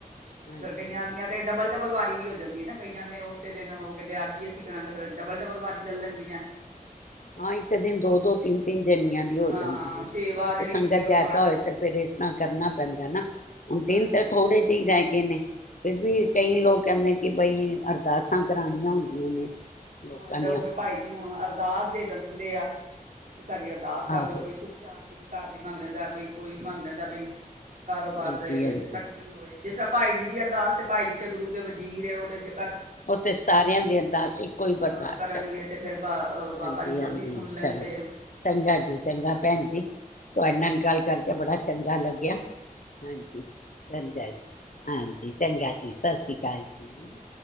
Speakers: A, on the left; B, on the right.
A: ਹਾਂਜੀ
B: ਪਰ ਕਈਆਂ
A: ਹਾਂਜੀ
B: ਦੀਆਂ ਤਾਂ ਡਬਲ- ਡਬਲ ਵਾਰੀ ਹੋ ਜਾਂ <unintelligible> ਕਈਆਂ ਨੇ ਉਸੇ ਦਿਨ ਕਈਆ ਉਹ ਕਹਿੰਦੇ ਅੱਜ ਹੀ ਅਸੀਂ ਕਰਾਣਾ ਉਹ ਫਿਰ ਡਬਲ ਡਬਲ ਵਾਰੀ ਲਲਨ ਦੀਆਂ।
A: ਹਾਂ ਇੱਕ ਦਿਨ ਦੋ- ਦੋ ਤਿੰਨ- ਤਿੰਨ ਜਨੀਆਂ ਦੀ ਹੋ ਜਾਂਦੀ
B: ਹਾਂ ਸੇਵਾ ਜਿਹੜੀ
A: ਤੇ ਸੰਗਤ
B: ਹੁੰਦੀ ਉਹ
A: ਜੈਦਾ ਹੋਏ ਤੇ ਫਿਰ ਇਸ ਤਰਾਂ ਕਰਨਾ ਪੈਂਦਾ ਨਾ। ਹੁਣ ਦਿਨ
B: ਹਾਂਜੀ
A: ਤੇ ਥੋੜੇ ਜਿਹੇ ਰੇ ਕਿੰਨੇ ਫਿਰ ਵੀ
B: ਹਾਂ
A: ਕਈ ਲੋਕ ਕਹਿੰਦੇ ਕੇ ਬਈ ਅਰਦਾਸਾਂ ਕਰਾਉਣੀਆਂ ਹੁੰਦੀਆਂ ਨੇ। ਲੋਕਾਂ
B: ਹਾਂ ਤੇ
A: ਨੇ
B: ਉਹ
A: ਆਪਣੇ
B: ਫਿਰ ਭਾਈ ਨੂੰ ਅਰ ਦਾਸ ਦੇ ਦਿੰਦੇ ਕਿਆ ਸਾਡੀ ਅਰਦਾਸ ਕਰ
A: ਆਹੋ
B: ਦਿਓ ਕੋਈ
A: ਜੀ
B: ਸੁਖ ਸ਼ਾਂਤੀ ਦੀ ਘਰ ਦੀ ਮੰਗ ਲੈਂਦਾ ਕੋਈ ਕੋਈ ਮੰਗ ਲੈਦਾ ਬਈ ਕਾਰੋਬਾਰ
A: ਹਾਂਜੀ
B: ਦੇ ਵਿੱਚ
A: ਹਾਂਜੀ
B: ਤੱਰਕੀ ਹੋਏ। ਜਿਸ ਭਾਈ ਜੀ ਦੀ ਅਰਦਾਸ ਭਾਈ ਜੀ ਤੇ ਗੁਰੂ ਦੇ ਵਜ਼ੀਰੇ ਉਹਦੇ 'ਚ
A: ਉਹ ਤੇੇ ਸਾਰਿਆਂ ਦੀ ਅਰਦਾਸ ਸੀ ਇੱਕੋ ਹੀ ਬਰਦਾਸ਼ਤ
B: ਹਾਂ ਕਰਨਗੇ
A: ਕਰਦੇ ਨੇ
B: ਤੇ ਫਿਰ ਬਾਬਾ
A: ਹਾਂਜੀ
B: ਜੀ ਸਭ
A: ਹਾਂਜੀ
B: ਸੁਣ ਲੈਂਦੇ
A: ਚਲੋ
B: ਹਾਂ।
A: ਚੰਗਾ ਜੀ ਚੰਗਾ ਭੈਣ ਜੀ ਤੁਹਾਡੇ ਨਾਲ ਗੱਲ ਕਰਕੇ ਬੜਾ ਚੰਗਾ ਲੱਗਿਆ ਹਾਂਜੀ ਚੰਗਾ ਜੀ ਹਾਂਜੀ ਚੰਗਾ ਜੀ ਸਤਿ ਸ਼੍ਰੀ ਅਕਾਲ ਜੀ